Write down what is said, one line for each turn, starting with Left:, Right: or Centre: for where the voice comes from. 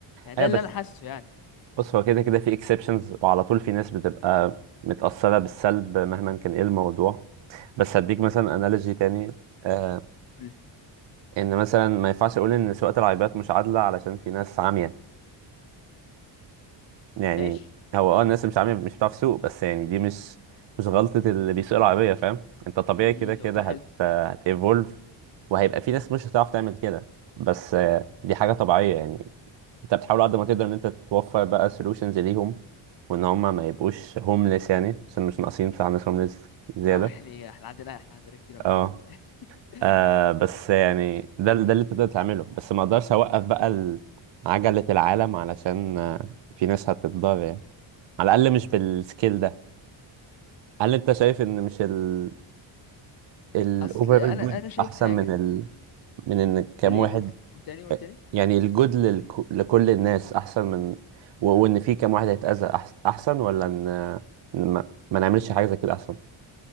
Left: يعني
Right: ايوه
Left: ده اللي
Right: بس
Left: انا حاسه يعني
Right: بص هو كده كده في اكسبشنز وعلى طول في ناس بتبقى متأثرة بالسلب مهما كان ايه الموضوع بس هديك مثلا انالوجي تاني آه
Left: قول لي.
Right: ان مثلا ما ينفعش اقول ان سواقة العربيات مش عادلة علشان في ناس عامية يعني
Left: ماشي
Right: هو اه الناس اللي مش عامل مش بتعرف تسوق بس يعني دي مش مش غلطة اللي بيسوق العربية فاهم انت طبيعي
Left: دي
Right: كده
Left: نقطة
Right: كده هت
Left: حلوة
Right: هت evolve وهيبقى في ناس مش هتعرف تعمل كده بس آه، دي حاجة طبيعية يعني انت بتحاول قد ما تقدر ان انت توفر بقى solutions ليهم وان هم ما يبقوش homeless يعني عشان مش ناقصين بتاع ناس homeless زيادة
Left: اه يعني احنا عندنا احنا عندنا كتير أوي
Right: اه
Left: ما شاء الله يعني.
Right: آه بس يعني ده ده اللي انت تقدر تعمله بس ما اقدرش اوقف بقى ال- عجلة العالم علشان آه، في ناس هتتضرر يعني على الاقل مش
Left: <laughs>
Right: بالسكيل ده هل انت شايف ان مش ال الاوفرال
Left: اصل انا
Right: جود
Left: انا شايف
Right: احسن
Left: حاجه
Right: من ال من ان كام
Left: الايه
Right: واحد
Left: قلت قلت تاني قلت تاني
Right: يعني الجود للك... لكل الناس احسن من و... وان في كام واحد هيتأذى أحس... احسن ولا ان إن ما... ما نعملش حاجه زي كده احسن